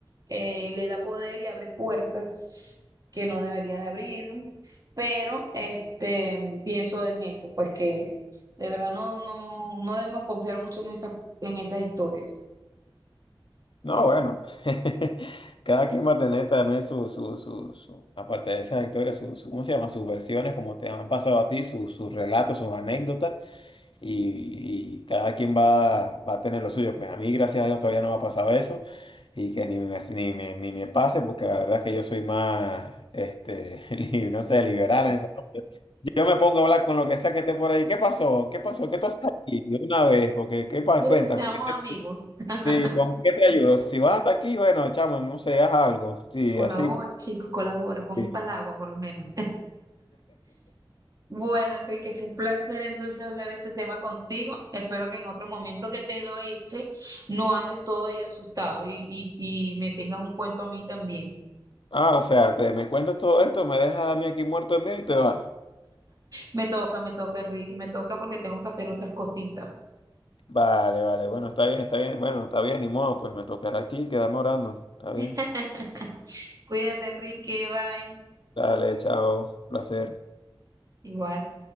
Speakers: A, on the right (about 40°); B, on the left (about 65°).
A: eh, le da poder y abre puertas que no debería de abrir. Pero este, pienso en eso, pues que de verdad no, no, no debemos confiar mucho en esas, en esas historias.
B: No, bueno, <laughs> cada quien va a tener también su, su, su, su- aparte de esas historias, su, su- ¿cómo se llama? Sus versiones, como te han pasado a ti, sus sus relatos, sus anécdotas. y, y cada quien va, va a tener lo suyo. Pues a mí, gracias a Dios, todavía no me ha pasado eso y que ni me, ni me, ni me pase, porque la verdad es que yo soy más, este, <laughs> li- no sé, liberal en esa- Yo me pongo a hablar con lo que sea que esté por ahí. ¿Qué pasó? ¿Qué pasó? ¿Qué tú haces aquí? De una vez, porque ¿qué pasa?
A: ¿Quiere
B: Cuéntame,
A: que seamos
B: ¿qué
A: amigos? <laughs>
B: te- sí, ¿con qué te ayudo? Si vas hasta aquí, bueno, chamo, no sé, haz algo. Sí,
A: Colabora,
B: así.
A: chicos, colabora, pon
B: sí.
A: palagua por lo menos. Bueno, Enrique, fue un placer entonces hablar este tema contigo. Espero que en otro momento que te lo eche no andes todo ahí asustado y, y, y me tengas un cuento a mí también.
B: Ah, o sea, te, me cuentas todo esto, me dejas a mí aquí muerto de miedo y te vas.
A: Me toca, me toca, Enrique, me toca porque tengo que hacer otras cositas.
B: Vale, vale, bueno, está bien, está bien, bueno, está bien, ni modo, pues me tocará aquí quedarme orando, está bien.
A: <laughs> Cuídate, Enrique, bye.
B: Dale, chao, placer.
A: Igual.